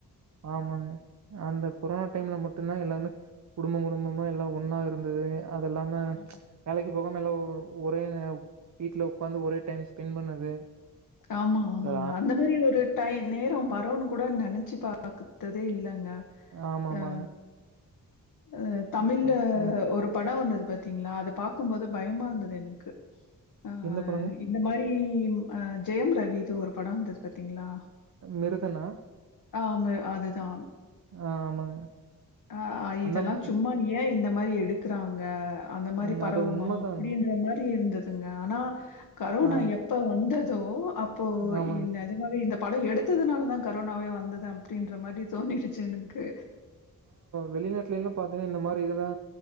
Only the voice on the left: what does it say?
ம்.
ஆமா ஆமாங்க
அந்த மாரி ஒரு டை நேரொம் வருனு கூட நெனச்சு பாக்ததே இல்ல க
அஹ் அ தமிழ்ல
ஒரு படொ வந்தது பாத்திங்ளா அத பாக்கும்போது பயமா இருந்தது எனக்கு ஆஹ்
இந்த மாரி இம் அ ஜெயம் ரவிது ஒரு படொ வந்தது பார்த்தீங்களா?
ஆமே அதுதா
ஆஹ்
இதெல்லா சும்மா ஏ இந்த மாரி எடுக்குறாங் க அந்த மாரி
பரவுமா
அப்டின்ற மாரி இருந்தது ஆ ஆனா கரோனா
எப்ப வந்தது தோ அப் போ
இ நெஜமாவே இந்த படொ எடுத்ததுனால தா க ரோனாவே வந்தது அப்டின்ற மாரி தோணிடுச்சு எனக்கு